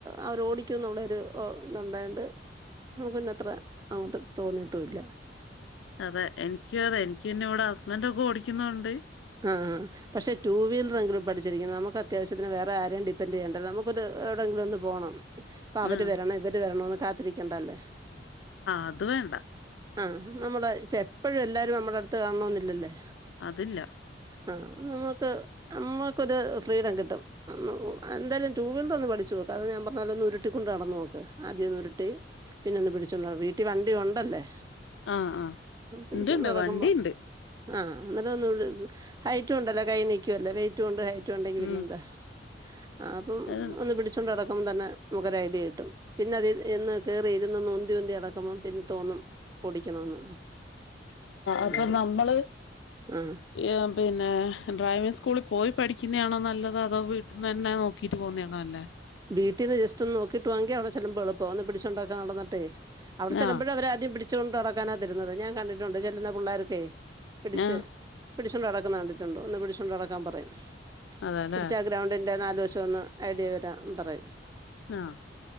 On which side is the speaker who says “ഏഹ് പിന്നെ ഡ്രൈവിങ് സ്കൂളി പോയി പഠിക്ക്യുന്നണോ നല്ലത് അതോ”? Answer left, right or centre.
Left